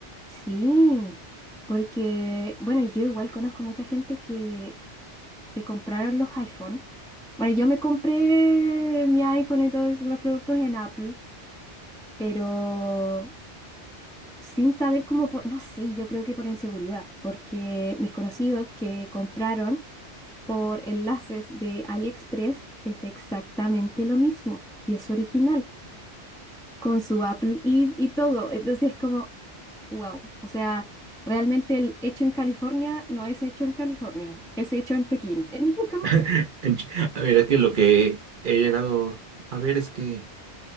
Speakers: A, in the centre; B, on the right.
A: Sí, porque, bueno, yo igual conozco mucha gente que se compraron los iPhone. Bueno, yo me compré mi iPhone y todos los productos en Apple, pero sin saber cómo, por, no sé, yo creo que por inseguridad, porque mis conocidos que compraron por enlaces de AliExpress es exactamente lo mismo y es original. con su Apple ID y todo. Entonces es como, wow. O sea, realmente el hecho en California no es hecho en California, es hecho en Pekín. <laughs> Es Como,
B: <laughs> En Chi- A ver, es que lo que he llegado a ver es que